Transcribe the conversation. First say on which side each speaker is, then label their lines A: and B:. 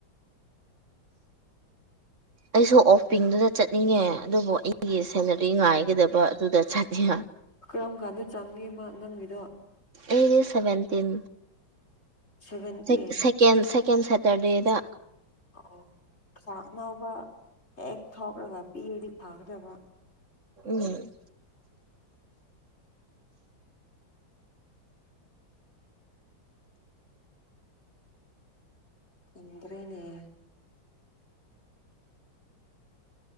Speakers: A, on the left; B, on the right.
A: <inaudible>
B: ꯑꯩꯁꯨ ꯑꯣꯞ ꯄꯤꯡꯗꯨꯗ ꯆꯠꯅꯤꯡꯉꯦ ꯑꯗꯨꯕꯨ ꯑꯩꯒꯤ ꯁꯦꯂꯔꯤ ꯉꯥꯏꯒꯗꯕ ꯑꯗꯨꯗ ꯆꯠꯅꯤꯡ <unintelligible>
A: ꯀꯔꯝ ꯀꯥꯟꯗ ꯆꯪꯉꯤ ꯃꯥ ꯅꯪꯒꯤꯗꯣ
B: ꯑꯩꯗꯤ ꯁꯚꯦꯟꯇꯤꯟ
A: ꯁꯚꯦꯟꯇꯤꯟ
B: <unintelligible> ꯁꯦꯀꯦꯟ ꯁꯦꯇꯔꯗꯦꯗ
A: ꯑꯣ ꯆꯥꯛ ꯑꯅꯥꯎꯕ ꯍꯦꯛ ꯊꯣꯛꯔꯥꯒ ꯄꯤꯔꯗꯤ ꯐꯒꯗꯕ
B: ꯎꯝ
A: ꯏꯟꯗꯔ꯭ꯦꯅꯦ